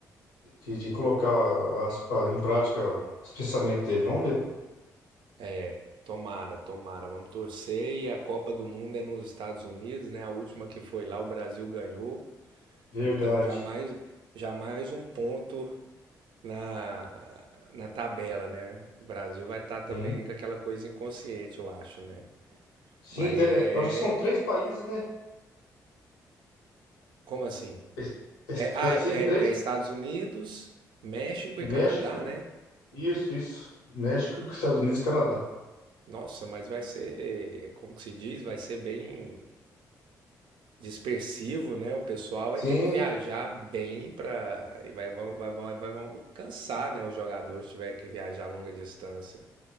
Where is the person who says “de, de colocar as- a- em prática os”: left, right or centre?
Left